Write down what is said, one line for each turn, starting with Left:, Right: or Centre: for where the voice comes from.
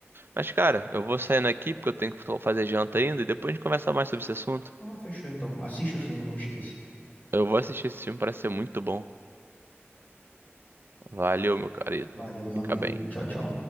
Right: Mas, cara, eu vou saindo aqui porque eu tenho que fazer janta ainda e depois a gente conversa mais sobre esse assunto.
Left: Ah, fechou então. Assiste o filme, não esqueça.
Right: Eu vou assistir esse filme, parece ser muito bom. Valeu, meu querido.
Left: Valeu, meu
Right: Fica
Left: amigo.
Right: bem.
Left: Tchau, tchau.